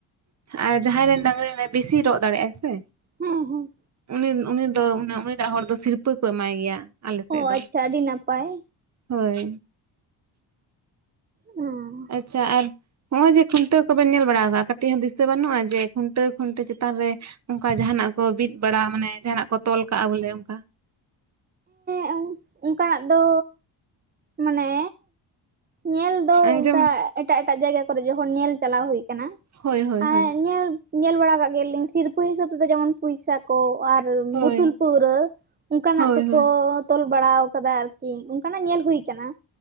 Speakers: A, on the right (about 35°); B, on the right (about 20°).
A: ᱟᱨ ᱡᱟᱦᱟᱸᱭ ᱨᱮᱱ ᱰᱟᱝᱨᱤ ᱵᱮᱥᱤ ᱨᱚᱜ ᱫᱟᱲᱮᱭᱟᱜ ᱟᱭ ᱥᱮ
B: ᱦᱮᱸ ᱦᱮᱸ
A: ᱩᱱᱤ ᱩᱱᱤ ᱫᱚ ᱩᱱᱤ ᱴᱟᱜ ᱦᱚᱲ ᱫᱚ ᱥᱤᱨᱯᱟᱹ ᱠᱚ ᱮᱢᱟᱭ ᱜᱮᱭᱟ ᱟᱞᱮ ᱥᱮᱫ
B: ᱚ
A: ᱫᱚ
B: ᱟᱪᱪᱷᱟ ᱟᱹᱰᱤ ᱱᱟᱯᱟᱭ
A: ᱦᱳᱭ
B: ᱚ
A: ᱟᱪᱷᱟ ᱟᱨ ᱱᱚᱜ ᱚᱭ ᱡᱮ ᱠᱷᱩᱱᱴᱟᱹ ᱠᱚᱵᱮᱱ ᱧᱮᱞ ᱵᱟᱲᱟ ᱟᱠᱟᱟᱜᱼᱟ ᱠᱟᱹᱴᱤᱡ ᱦᱚᱸ ᱫᱤᱥᱟᱹ ᱵᱟᱹᱱᱩᱜᱼᱟ ᱡᱮ ᱠᱷᱩᱱᱟᱹ ᱠᱷᱩᱱᱟᱹ ᱪᱮᱛᱟᱱ ᱨᱮ ᱚᱱᱠᱟ ᱡᱟᱦᱟᱱᱟᱜ ᱠᱚ ᱵᱤᱫ ᱵᱟᱲᱟ ᱢᱟᱱᱮ ᱡᱟᱦᱟᱱᱟᱜ ᱠᱚ ᱛᱚᱞ ᱠᱟᱜᱼᱟ ᱵᱚᱞᱮ ᱚᱱᱠᱟ
B: ᱦᱮᱸ ᱚᱱᱠᱟᱱᱟᱜ ᱫᱚ, ᱢᱟᱱᱮ ᱧᱮᱞ ᱫᱚ
A: ᱟᱸᱡᱚᱢ
B: ᱚᱱᱠᱟ ᱮᱴᱟᱜ ᱮᱴᱟᱜ ᱡᱟᱭᱜᱟ ᱠᱚᱨᱮ ᱡᱚᱠᱷᱚᱱ ᱧᱮᱞ ᱪᱟᱞᱟᱣ ᱦᱩᱭ ᱠᱟᱱᱟ,
A: ᱦᱳᱭ ᱦᱳᱭ
B: ᱮᱸᱜ
A: ᱦᱳᱭ
B: ᱧᱮᱞ ᱧᱮᱞ ᱵᱟᱲᱟ ᱠᱟᱜ ᱜᱮᱭᱟᱞᱤᱧ ᱥᱤᱨᱯᱟᱹ ᱦᱤᱥᱟᱹᱵ ᱛᱮᱫᱚ, ᱡᱮᱢᱚᱱ ᱯᱚᱭᱥᱟ ᱠᱚ ᱟᱨ
A: ᱦᱳᱭ
B: ᱵᱳᱛᱩᱞ ᱯᱟᱹᱨᱟᱹ ᱚᱱᱠᱟᱱᱟᱜ
A: ᱦᱳᱭ
B: ᱠᱚ,
A: ᱦᱳᱭ
B: ᱠᱚ ᱛᱚᱞ ᱵᱟᱲᱟ ᱟᱠᱟᱫᱟ ᱟᱨᱠᱤ ᱚᱱᱠᱟᱱᱟᱜ ᱧᱮᱞ ᱦᱩᱭ ᱟᱠᱟᱱᱟ